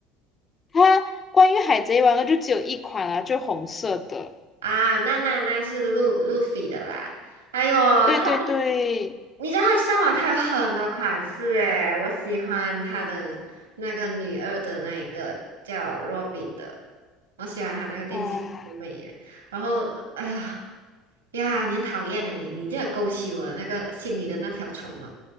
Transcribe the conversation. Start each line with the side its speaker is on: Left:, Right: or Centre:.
Left: 它关于海贼王的就只有一款啊，就红色的。
Right: 啊？那那那是路路飞的啦。哎呦，
Left: 对对对，
Right: 它你你知道它上网它有很多款式诶，我喜欢它的那个女二的那一个叫 Robin 的，我喜欢它那个电竞很美耶。
Left: 哇，
Right: 然后哎呀呀，你很讨厌诶，你你这勾起我那个心里的那条虫了。